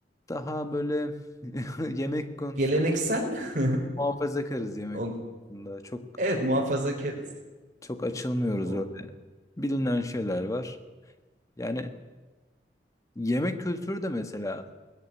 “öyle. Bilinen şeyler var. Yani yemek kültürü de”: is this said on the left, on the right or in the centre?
Left